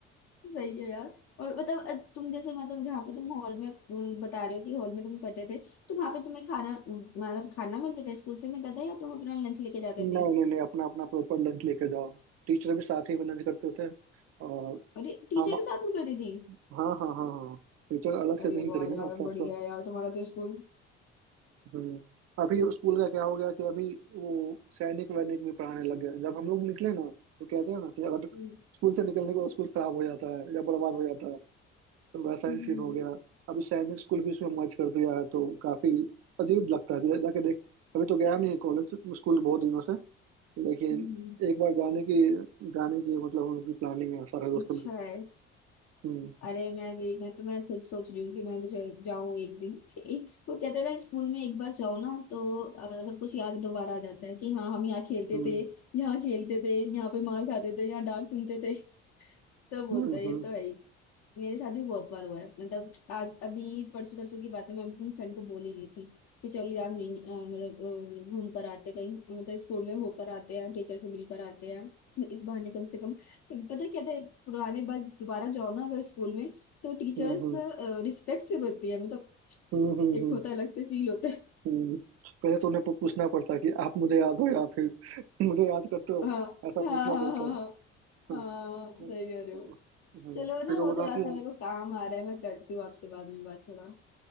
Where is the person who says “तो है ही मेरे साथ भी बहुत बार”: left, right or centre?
Left